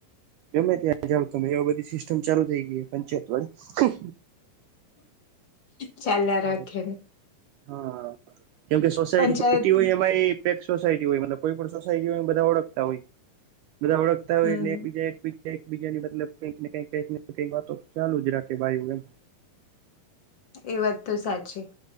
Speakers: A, on the right; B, on the left.
A: ગમે ત્યાં જાવ તમે એ બધી સિસ્ટમ ચાલુ થઈ ગઈ પંચાયત વાળી
B: ચાલ
A: વાળી
B: રાખેને
A: હા કેમકે સોસાયટી
B: પંચાયત
A: સટી હોય એ ે સોસાયટી હોય કોઈ પણ સોસાયટી હોય બધા ઓળખતા હોય બધા ઓળખતા ય
B: હમ
A: એકીજા એકજા એકબીજાની મતલબ કઈક કઈ કઈક કઈક વાતો ચાલુ જ રાખે ભું એમ
B: એ વાત તો સાચી